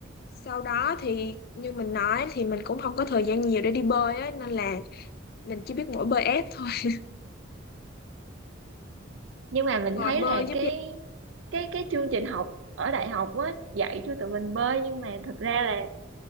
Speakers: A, on the left; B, on the right.
A: sau đó thì như mình nói thì mình cũng không có thời gian nhiều để đi bơi ấy nên là mình chỉ biết mỗi bơi ép thôi <laughs>
B: nhưng mà mình
A: ngồi
B: thấy
A: bơi
B: là
A: giúp
B: cái
A: gì
B: cái cái chương trình học ở đại học á dạy cho tụi mình bơi nhưng mà thực ra là